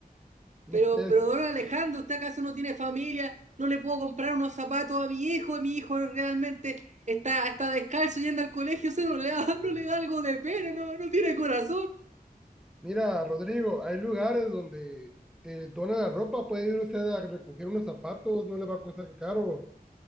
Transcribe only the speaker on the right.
Pero,
pero, don Alejandro, ¿usted acaso no tiene familia? No le puedo comprar unos zapatos a mi hijo, mi hijo realmente está, está descalzo yendo al colegio, o sea, no le da, no le da algo de pena, no, no tiene corazón.